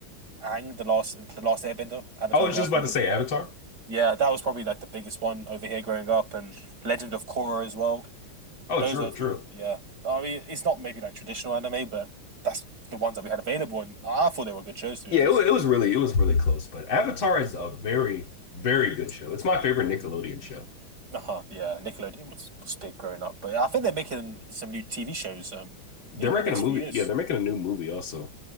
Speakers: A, on the right; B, on the left.
A: Aang, the last the last Airbender, Avatar,
B: I was
A: the
B: just
A: last
B: about
A: Airbender.
B: to say Avatar.
A: Yeah, that was probably like the biggest one over here growing up, and Legend of Korra as well.
B: Oh,
A: Those
B: true,
A: are
B: true.
A: yeah. I mean, it's not maybe like traditional anime, but that's the ones that we had available, and I thought they were good shows to be
B: Yeah,
A: honest.
B: it, wa- it was really it was really close, but Avatar is a very very good show. It's my favorite Nickelodeon show.
A: Uh-huh, yeah, Nickelodeon was, was big growing up, but I think they're making some new TV shows um
B: They're
A: in
B: making
A: the next
B: a movie.
A: few years.
B: Yeah, they're making a new movie also